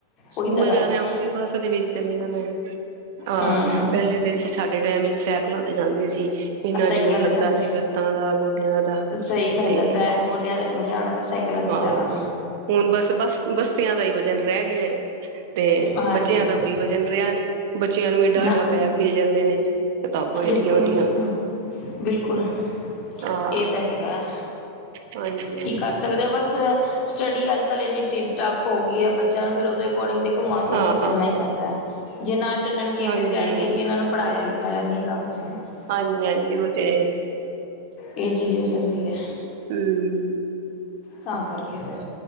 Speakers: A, on the left (about 40°); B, on the right (about 50°).
A: ਉਹੀ
B: ਸਕੂਲ
A: ਤਾਂ ਗੱਲ
B: ਜਾਣਾ
A: ਹੈ
B: ਉਹ ਵੀ ਬੱਸ ਦੇ ਵਿੱਚ। ਚਲੀ ਆਂ। ਮੈਂ ਹਹ
A: ਹਮ
B: ਪਹਿਲੇ ਤੇ ਅਸੀ ਸਾਡੇ ਟਾਈਮ ਹੀ ਸੈਕਲਾਂ ਤੇ ਜਾਂਦੇ ਸੀ। ਇੰਨਾ
A: ਸਾਈਕਲਾਂ
B: ਜ਼ੋਰ
A: ਤੇ
B: ਲੱਗਦਾ
A: ਜਾਂਦੇ
B: ਸੀ ਲੱਤਾਂ ਦਾ। ਗੋਡਿਆਂ ਦਾ
A: ਸਹੀ ਗੱਲ
B: ਤੇ
A: ਹੈ। ਬੈਗ ਮੋਢਿਆਂ ਤੇ ਟੰਗਿਆ ਹੋਣਾ ਤੇ ਸਾਈਕਲਾਂ ਤੇ
B: ਹਾਂ
A: ਜਾਣਾ।
B: ਹੁਣ, ਬਸ ਬੱਸ ਬਸਤਿਆਂ ਦਾ ਹੀ ਵਜਨ ਰਹਿ ਗਿਆ ਹੈਏ। ਤੇ
A: ਹਾਂਜੀ
B: ਬੱਚਿਆਂ ਦਾ ਕੋਈ ਵਜਨ ਰਿਹਾ ਨ ਬੱਚਿਆਂ ਨੂੰ ਏਡਾ-
A: ਨਾ
B: ਏਡਾ ਬੈਗ ਮਿਲ ਜਾਂਦੇ ਨੇ। ਏਡੀਆਂ
A: ਬਿਲਕੁਲ
B: ਏਡੀਆਂ
A: ਬਿਲਕੁਲ ਬਿਲਕੁਲ
B: ਹਾਂ
A: ਇਹ ਤਾਂ ਹੈਗਾ
B: ਹਾਂਜੀ
A: ਕੀ
B: ਹਾਂਜੀ
A: ਕਰ ਸਕਦੇ ਹੋ ਬਸ ਸਟੱਡੀ ਅੱਜ ਕੱਲ੍ਹ ਇੰਨੀ ਟੱਫ ਹੋ ਗਈ ਹੈ ਬੱਚਿਆਂ ਨੂੰ ਫਿਰ ਉਹਦੇ ਅਕੋਰਡਿੰਗ ਦੇਖ ਮਾਂ ਪਿਓ
B: ਹਾਂ
A: ਨੂੰ ਵੀ ਚੱਲਣਾ ਹੀ ਪੈਂਦਾ ਹੈ ਜੇ ਨਾ ਚੱਲਣਗੇ
B: ਹਾਂਜੀ
A: ਫੇਰ ਕਹਿਣਗੇ ਜੀ ਇਹਨਾਂ ਨੂੰ ਪੜ੍ਹਾਇਆ ਲਿਖਿਆ <unintelligible> ਖਾਆ ਨਹੀਂ ਗਬਚ <unintelligible>
B: ਹਾਂਜੀ ਹਾਂਜੀ ਉਹ ਤੇ
A: ਇਹ ਚੀਜ਼ ਹੋ ਜਾਂਦੀ ਹੈ
B: ਹਮ
A: ਤਾਂ ਕਰਕੇ ਫਿਰ